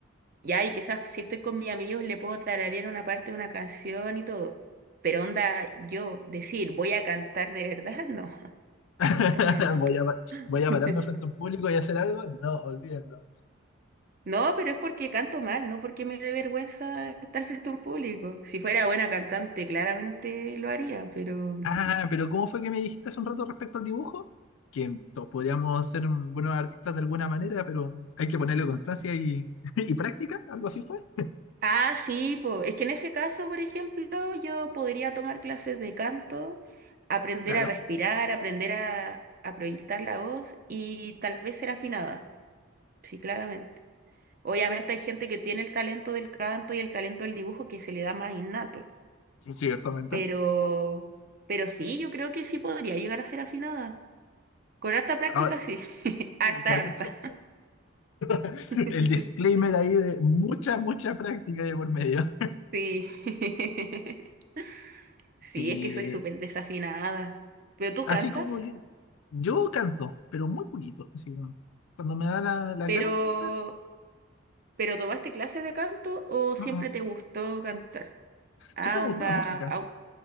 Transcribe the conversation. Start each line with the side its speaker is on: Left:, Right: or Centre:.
Right: ya, y quizás si estoy con mis amigos le puedo tararear una parte de una canción y todo. Pero onda, yo decir, voy a cantar de verdad, no,
Left: <laughs>
Right: <laughs> no, no, no.
Left: Voy a, pa- voy a
Right: <laughs>
Left: pararme frente a un público y hacer algo. No, olvídenlo.
Right: No, pero es porque canto mal, no porque me dé vergüenza estar frente a un público. Si fuera buena cantante, claramente lo haría, pero
Left: Ah, pero ¿cómo fue que me dijiste hace un rato respecto al dibujo? Que to- podríamos ser buenos artistas de alguna manera, pero hay que ponerle constancia y, <laughs> y práctica. Algo así fue.
Right: Ah, sí, po. Es que en ese caso, por ejemplo, yo podría tomar clases de canto, aprender
Left: Claro,
Right: a respirar, aprender a, a proyectar la voz y tal vez ser afinada, sí, claramente. Obviamente hay gente que tiene el talento del canto y el talento del dibujo que se le da más innato,
Left: ciertamente.
Right: pero, pero sí, yo creo que sí podría llegar a ser afinada. Con harta práctica,
Left: Ahora,
Right: sí. <laughs> Harta,
Left: eh, con-
Right: harta.
Left: con- <laughs>
Right: <laughs>
Left: el disclaimer ahí de mucha, mucha práctica de por medio.
Right: Sí. <laughs> Sí,
Left: Sí,
Right: es que soy súper desafinada. ¿Pero tú
Left: así
Right: cantas?
Left: como yo, yo canto, pero muy poquito. así como cuando me da la- las
Right: Pero,
Left: ganas de cantar.
Right: pero ¿tomaste clases de canto o
Left: mm,
Right: siempre
Left: mm.
Right: te gustó cantar? Ah,
Left: Siempre me
Right: onda
Left: gustó la música.
Right: au-